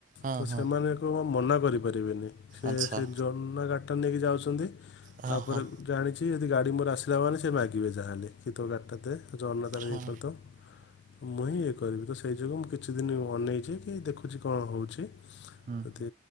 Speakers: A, on the right (about 40°); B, on the left (about 65°).
A: ହଁ
B: ତ
A: ହଁ
B: ସେମାନ କ ମନା କରିପାରିବେନି। ସେ
A: ଆଚ୍ଛା
B: ସେ ଜନା କାଟ। ହଟନ୍ ନେଇକି ଯାଉଛନ୍ତି।
A: ହଁ
B: ତାପରେ
A: ହଁ
B: ଜାଣିଛି ଯଦି ଗାଡି ମୋର। ଆସିଲା ମାନେ ସେ ମାଗିବ ଯା ହେଲେ କି ତ ଗାଡିଟା ଦେ। ଜନ ତାର
A: ହଁ
B: ବିପରିତ ମୁଁ ଇଏ କରିନି ସେଇ ଯୋଗୁଁ ମୁଁ କିଛି ଦିନ ଅନେଇଛି ଦେଖୁଛି କଣ ହେଉଛି।
A: ହୁଁ।
B: ଯଦି